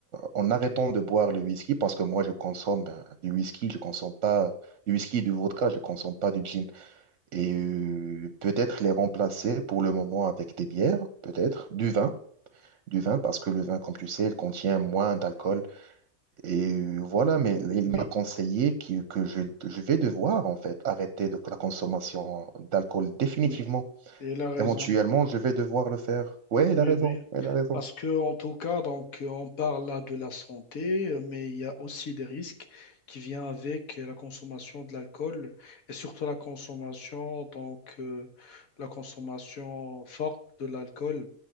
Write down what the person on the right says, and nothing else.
en arrêtant de boire le whisky parce que moi, je consomme euh, du whisky, je consomme pas du whisky et du vodka, je consomme pas du gin. Et euh, peut-être les remplacer pour le moment avec des bières, peut-être, du vin. Du vin, parce que le vin, comme tu sais, il contient moins d'alcool et euh, voilà, mais il
m'a conseillé que, que je, je vais devoir, en fait, arrêter de la consommation d'alcool définitivement.
Éventuellement, je vais devoir le faire. Ouais,
il a raison,
il a raison.